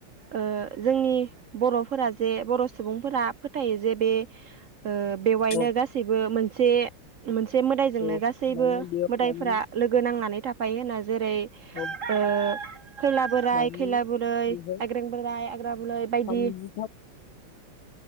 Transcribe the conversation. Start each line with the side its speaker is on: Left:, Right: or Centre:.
Right: ओ जोंनि बरफोरा जे बर' सुबुंफोरा फोथायो जे बे ओ बेवहायनो
Left: औ
Right: गासैबो मोनसे मोनसे मोदायजोंनो
Left: औ
Right: गासैबो
Left: माने बेयाव
Right: मोदायफोरा
Left: मानि
Right: लोगो नांनानै था थाफायो होनना जेरै
Left: औ
Right: ओ खैला बोराय,
Left: मानि
Right: खैला बुरै,
Left: बेहाय
Right: आग्रें बोराय आग्रा बुरै बायदि
Left: थामजिथाम